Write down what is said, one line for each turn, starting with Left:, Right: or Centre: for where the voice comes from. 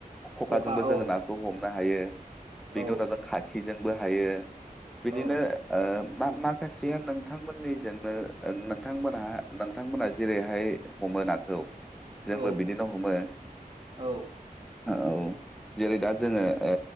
Centre: खखाजोंबो
Right: खखा औ
Centre: जोङो नाखौ हमनो हायो
Right: औ
Centre: बेनि उनाव जों खाखिजोंबो हायो। बिदिनो
Right: औ
Centre: ओ मा माखासेआ नों नोंथांमोननिजोंनो नोंथांमोनहा नोंथांमोनहा जेरैहाय हमो नाखौ, जोंबो
Right: औ
Centre: बिदिनो हमो
Right: औ
Centre: औ, जेरै दा जोङो ओ